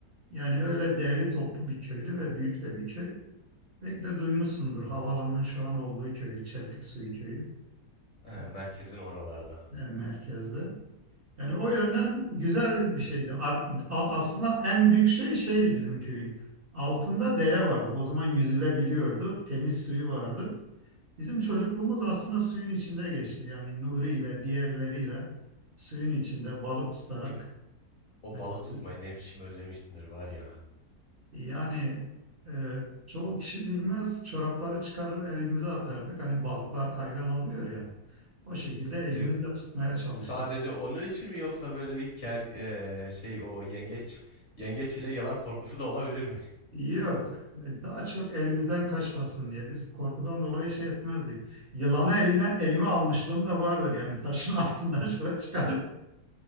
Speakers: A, on the right (about 40°); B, on the left (about 45°).
A: Yani öyle değerli toplu bir köydü ve büyük de bir köy. Belki de duymuşsunuzdur havaalanının şu an olduğu köy, Çeltik Suyu Köyü
B: He,
A: e,
B: merkezin oralarda.
A: en merkezde. Yani o yönden güzel bir şeydi. Ar- a- Aslında en büyük şey şeydi bizim köyün. Altında dere vardı. O zaman yüzülebiliyordu. Temiz suyu vardı. Bizim çocukluğumuz aslında suyun içinde geçti. Yani Nuri ile diğerleriyle suyun içinde balık tutarak.
B: Şimdi o
A: Yani
B: balık
A: bizim-
B: tutmayı ne biçim özlemişsindir var ya.
A: Yani e, çoğu kişi bilmez çorapları çıkarır elimize atardık. Hani balıklar kaygan oluyor ya. O şekilde
B: Şimdi
A: elimizle tutmaya çalışırdık.
B: sadece onun için mi yoksa böyle bir ker e, şey o yengeç yengeç ile yılan korkusu da olabilir mi?
A: Yok. e, Daha çok elimizden kaçmasın diye biz korkudan dolayı şey etmezdik. Yılanı eline elime almışlığım da vardır yani taşın <laughs> altından şöyle çıkarıp.